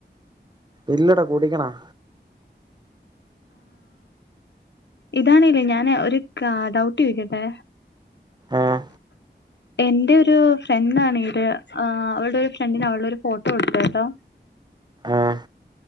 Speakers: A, on the right; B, on the left.
A: ഇല്ലടാ കുടിക്കണം
B: ഇതാണ്ല്ലേ ഞാന് ഒരു ക്ലാ ഡൗട്ട് ചോയ്ക്കട്ടെ
A: ഏഹ്
B: എന്റെരു ഫ്രണ്ട് ആണ് ഇത് ആഹ് അവള്ടെ ഒരു ഫ്രണ്ടിന് അവളൊരു ഫോട്ടോ കൊടുത്തേട്ടോ
A: ആഹ്